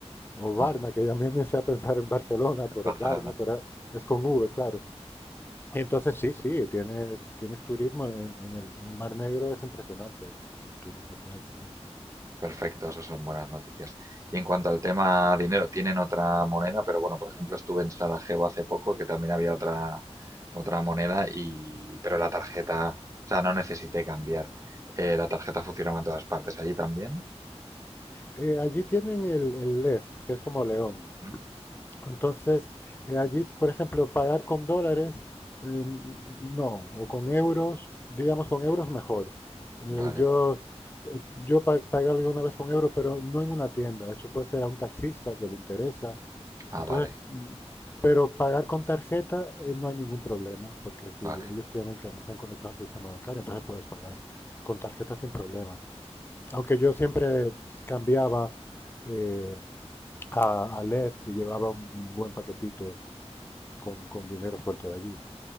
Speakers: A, on the left (about 20°); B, on the right (about 30°).
A: o Varna,
B: Ajá.
A: que ya me empecé a pensar en Barcelona por
B: Barcelona.
A: Varna, pero es con V, claro. Entonces sí, sí, tiene, tienes turismo en, en el, en el Mar Negro, es impresionante el, el turismo que hay también.
B: Perfecto, eso son buenas noticias. Y en cuanto al tema dinero, tienen otra moneda, pero bueno, por ejemplo, estuve en Sarajevo hace poco, que también había otra, otra moneda, y, pero la tarjeta, o sea, no necesité cambiar. Eh, la tarjeta funcionaba en todas partes. ¿Allí también?
A: Eh, allí tienen el, el Lez, que es como León.
B: Ujú.
A: Entonces, eh, allí, por ejemplo, pagar con dólares, eh, no, o con euros, digamos con euros mejor. Eh,
B: Vale.
A: yo eh, yo pa- pagué alguna vez con euros, pero no en una tienda. Eso puede ser a un taxista que le interesa.
B: Ah,
A: Entonces,
B: vale,
A: mm, pero pagar con tarjeta eh, no hay ningún problema, porque si
B: vale.
A: ellos tienen que están conectados al sistema bancario, entonces puedes pagar con tarjeta sin problemas. Aunque yo siempre cambiaba. eh, a, a Lez y llevaba un buen paquetito con, con dinero suelto de allí.